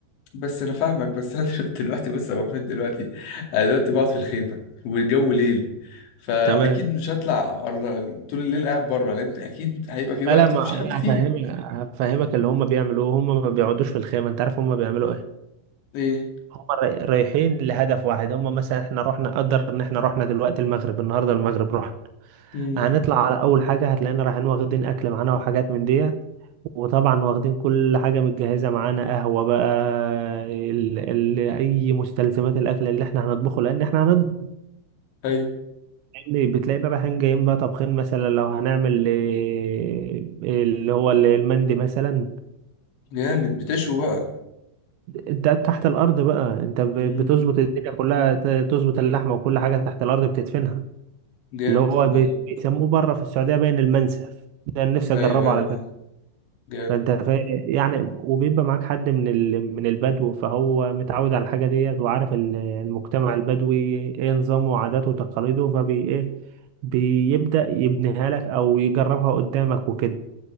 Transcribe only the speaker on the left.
بس انا فاهمك بس انا <laughs> دلوقتي بص يا ابو حميد دلوقتي انا دلوقتي بقعد في الخيمه والجو ليل فاكيد
مش هطلع أر- طول الليل قاعد بره لان اكيد هيبقى في وقت
مفيش حد
فيه
ايه
امم
ايوه
جامد بتشوي بقى
امم
جامد
والله
ايوه ايوه
ايوه جامد